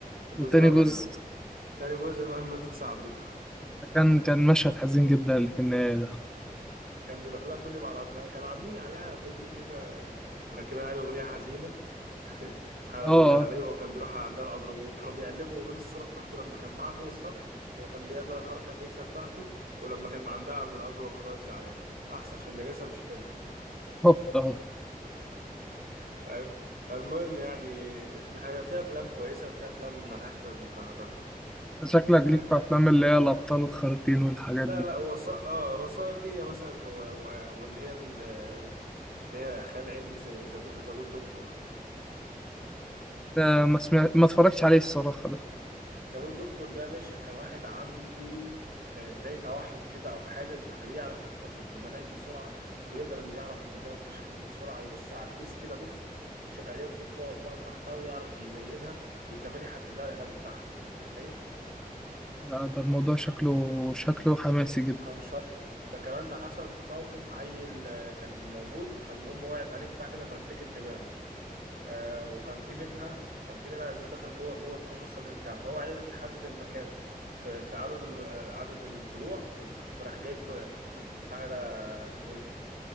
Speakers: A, on the right (about 85°); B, in the centre.
A: الجزء
B: وتاني
A: الاولاني
B: جزء
A: الجزء تاني جزء بقى ماتت صاحبته
B: كان كان مشهد حزين جدا اللي في النهاية ده
A: كان بيروح لها كل ما على أبرقها كانوا عاملين عليها فيديو كده مركبين عليه أغنية حزينة <laughs> على
B: اه
A: ال-
B: اه
A: عليه وهو كان بيروح عندها القبر وكانوا بيقلبوا ما بين الصورة بتاعته لما كان معاها فوق السطح وهو كان بيعمل الحركة النكسة بتاعته ولما كان عندها عند القبر وهو كان واقف زعلان أحسن عشان النجاسة مش حلو
B: هوب اه
A: فاهم فالمهم يعني الحاجة فيها أفلام كويسة فيها أفلام ملهاش لازمة بصراحة تافهة
B: شكلك ليك
A: عشان كده
B: في أفلام اللي هي الأبطال الخارقين والحاجات
A: لا
B: دي
A: لا وثائق اه وثائقية مثلا و... و... واللي هي ال... اللي هي خيال علمي زي ذا جود دكتور
B: ده ما سمع... ما اتفرجتش عليه الصراحة ده
A: ذا ويب دكتور ده يا باشا كان واحد عنده آه، زي توحد كده او حاجه بتخليه يعرف يحفظ المناهج بسرعه ويقدر انه يعرف مكان التشخيص بسرعه يبص على الكيس كده بص يشيل عليه من فوق لتحتها ويعرف يميزها وكمان يحدد لها العلاج بتاعها انت متخيل
B: ده ده الموضوع شكله شكله حماسي جدا
A: كان شايل ده كمان ده حصل موقف عيل آه، كان موجود فالمهم وقعت عليه بتاع كده فارتكت دماغه آه، وكان في منها كان في منها ازاز دخل جوه جوه القفص الصدري بتاعه فهو عرف يحدد المكان في في عدد ال- عدد الضلوع <laughs> وراح جايب كو- كو- بتاع ده اسمه ايه